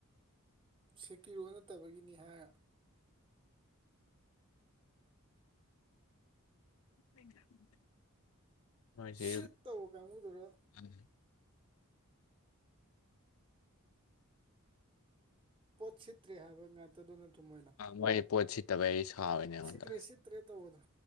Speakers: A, on the right; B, on the left.
A: ꯁꯦꯀꯤꯔꯣ ꯅꯠꯇꯕꯒꯤꯅꯤ ꯍꯥꯏꯔ
B: <inaudible> ꯃꯣꯏꯁꯦ
A: ꯁꯤꯠ ꯇꯧꯕ ꯀꯥꯡꯒꯨꯗꯨꯔ
B: <unintelligible>
A: ꯄꯣꯠ ꯁꯤꯠꯇ꯭ꯔꯦ ꯍꯥꯏꯕ ꯉꯥꯛꯇꯗꯣ ꯅꯠꯇ꯭ꯔꯣ ꯃꯣꯏꯅ
B: ꯃꯣꯏ ꯄꯣꯠ ꯁꯤꯠꯇꯕ ꯑꯩ ꯁꯥꯎꯔꯤꯅꯦ ꯑꯩꯉꯣꯟꯗ
A: ꯁꯤꯇ꯭ꯔꯦ ꯁꯤꯠꯇ꯭ꯔꯦ ꯇꯧꯕꯗꯣ